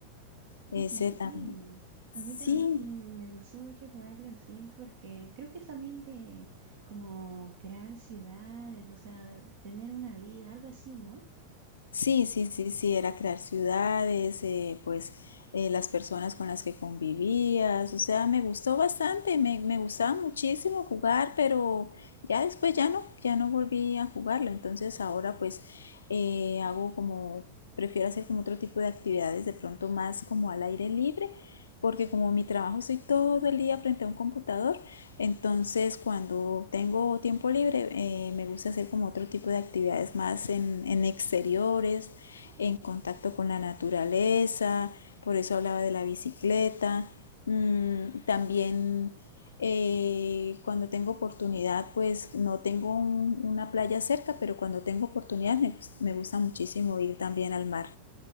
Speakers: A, on the right; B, on the left.
A: Oye,
B: ese
A: sí.
B: tam- Sí,
A: A mí también mm, me gustó mucho jugar los Sims porque creo que es también de como crear ciudades, o sea, de tener una vida, algo así, ¿no?
B: Sí, sí, sí, sí, era crear ciudades, eh, pues eh, las personas con las que convivías, o sea, me gustó bastante, me, me gustaba muchísimo jugar, pero ya después ya no, ya no volví a jugarlo, entonces ahora pues eh, hago como, prefiero hacer como otro tipo de actividades de pronto más como al aire libre, porque como mi trabajo estoy todo el día frente a un computador, entonces cuando tengo tiempo libre eh, me gusta hacer como otro tipo de actividades más en, en exteriores, en contacto con la naturaleza, por eso hablaba de la bicicleta, Mm, también eh, cuando tengo oportunidad, pues no tengo un- una playa cerca, pero cuando tengo oportunidad me, gus- me gusta muchísimo ir también al mar.